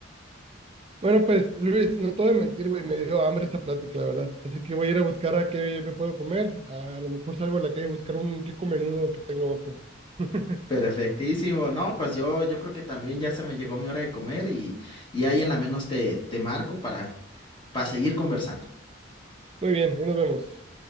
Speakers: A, on the right (about 30°); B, on the left (about 25°).
A: Bueno, pues Luis, no te voy a mentir, güey, me dio hambre esta plática, la verdad. Así que voy a ir a buscar a qué me puedo comer. A, a lo mejor salgo a la calle a buscar un rico menudo que tengo ojo. <laughs>
B: Perfectísimo, no, pues yo, yo creo que también ya se me llegó mi hora de comer y, y ahí en la menos te, te marco para, para seguir conversando.
A: Muy bien, ahí nos vemos.